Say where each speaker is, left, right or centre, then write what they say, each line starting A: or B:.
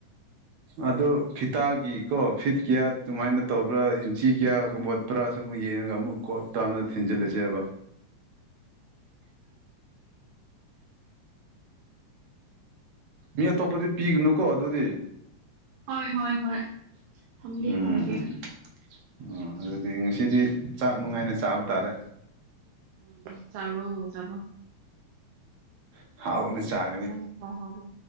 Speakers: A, on the right (about 65°); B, on the right (about 85°).
A: ꯑꯗꯨ ꯐꯤꯇꯥꯒꯤꯀꯣ ꯐꯤꯠ ꯀꯌꯥ ꯑꯗꯨꯨꯃꯥꯏꯅ ꯇꯧꯕ꯭ꯔꯥ ꯆꯤ ꯀꯌꯥ ꯀꯕꯣꯠ ꯄꯨꯔꯥꯁꯨ ꯑꯃꯨꯛ ꯌꯦꯡꯉꯒ ꯑꯃꯨꯛ ꯀꯣꯠ ꯇꯥꯝꯅ ꯊꯤꯟꯖꯤꯜꯂꯁꯦꯕ ꯃꯤ ꯑꯇꯣꯞꯄꯗꯤ ꯄꯤꯒꯅꯨꯀꯣ ꯑꯗꯨꯗꯤ
B: ꯍꯣꯏ ꯍꯣꯏ ꯍꯣꯏ ꯊꯝꯒꯦ
A: ꯎꯝ
B: ꯊꯝꯒꯦ
A: ꯎꯝ ꯑꯣ ꯑꯗꯨꯗꯤ ꯉꯁꯤꯗꯤ ꯆꯥꯛ ꯅꯨꯡꯉꯥꯏꯅ ꯆꯥꯕ ꯇꯥꯔꯦ
B: ꯎꯝ ꯆꯠꯔꯣ ꯆꯠꯔꯣ
A: ꯎꯝ ꯍꯥꯎꯅꯦ ꯆꯥ
B: ꯅꯣꯄꯥꯍꯧꯔꯣ